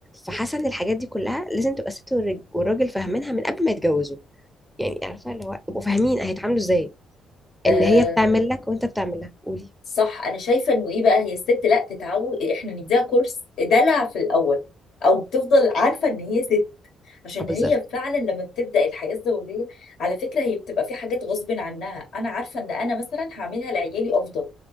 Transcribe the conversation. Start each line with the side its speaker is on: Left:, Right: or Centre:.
Centre: فحاسه ان الحاجات دي كلها لازم تبقى الست والرج- والراجل فاهمينها من قبل ما يتجوزوا يعني عارفه اللي هو يبقوا فاهمين هيتعاملوا ازاي
Left: آه،
Centre: ان هي بتعمل لك وانت بتعمل لها قولي
Left: صح انا شايفه انه ايه بقى هي الست لا تتعود احنا نديها كورس دلع في الاول او تفضل عارفه ان هي ست عشان
Centre: اه بالظبط
Left: هي فعلا لما بتبدا الحياه الزوجيه على فكره هي بتبقى في حاجات غصب عنها انا عارفه ان انا مثلا هعملها لعيالي افضل